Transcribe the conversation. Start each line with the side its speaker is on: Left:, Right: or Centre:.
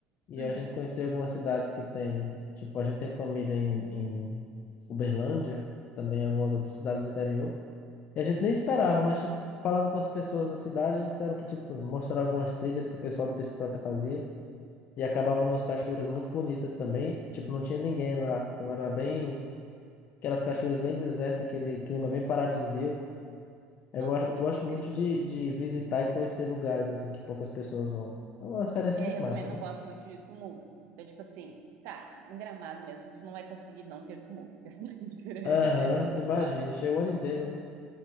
Left: e
Right: Uhum.
Left: a gente conheceu algumas cidades que tem, tipo, a gente tem família em, em Uberlândia, também algumas outras cidades do interior. E a gente nem esperava, mas tipo, falando com as pessoas da cidade, eles disseram que tipo, mostraram algumas trilhas que o pessoal de bicicleta fazia e acabavam nas cachoeiras muito bonitas também, e, tipo, não tinha ninguém lá. Então era bem Aquelas cachoeiras bem desertas, aquele clima bem paradisíaco. É,
Right: Nossa,
Left: Eu gosto,
Right: assim,
Left: eu gosto
Right: é incrível,
Left: muito de,
Right: né?
Left: de visitar e conhecer lugares assim que poucas pessoas vão. É uma experiência
Right: É,
Left: muito
Right: eu
Left: massa,
Right: também
Left: né?
Right: não gosto muito de tumulto. Então, tipo assim, tá, em Gramado mesmo, tu não vai conseguir não ter tumulto. <laughs> Porque a cidade inteira é,
Left: Aham,
Right: é tumultuada.
Left: imagina. Cheio o ano inteiro, né?